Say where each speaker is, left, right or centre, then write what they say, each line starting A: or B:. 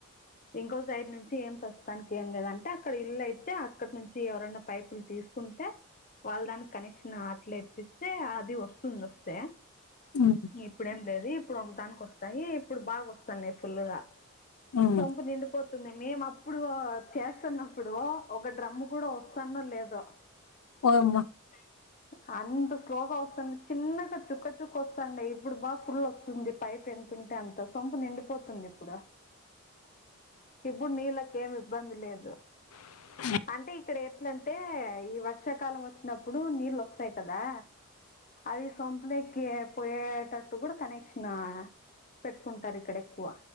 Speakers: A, on the left (about 35°); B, on the left (about 85°).
A: ఇంకో సైడ్ నుంచి ఏం ప్రస్తుతానికి ఏం లేదంట అక్కడ ఇల్లు అయితే అక్కట్ ను తీ ఎవరైన్నా పైపులు తీసుకుంటే వాళ్ళ దానికి కనెక్షన్ అట్లే ఇప్పిస్తే అది వొస్తుంది వొస్తే
B: ఉహు
A: ఇప్పుడేం లేదు ఇప్పుడు ఒకదానికి వస్తాయి ఇప్పుడు బాగా వస్తున్నాయి ఫుల్ గా
B: ఉమ్.
A: సొంపు నిండు పోతుంది మేము అప్పుడు చేస్తన్నప్పుడు ఒక డ్రమ్ము కూడా వస్తానో లేదో
B: వామ్మ
A: <unintelligible> అంత స్లోగా వస్తుంది చిన్నగా చుక్క చుక్క వస్తాండా ఇప్పుడు బాగా ఫుల్ వస్తుంది పైప్ ఎన్ అంటే అంత సొంపు నిండిపోతుంది ఇప్పుడా ఇప్పుడు నీళ్ళకి ఏమి ఇబ్బంది లేదు
B: అ
A: అంటే ఇక్కడ ఎట్లంటే ఈ వర్షాకాలం వచ్చినప్పుడు నీళ్ళోస్తాయి కదా అది సొంపులేకి పోయేటట్టు గూడా కనెక్షనా పెట్టుకుంటారు ఇక్కడ ఎక్కువ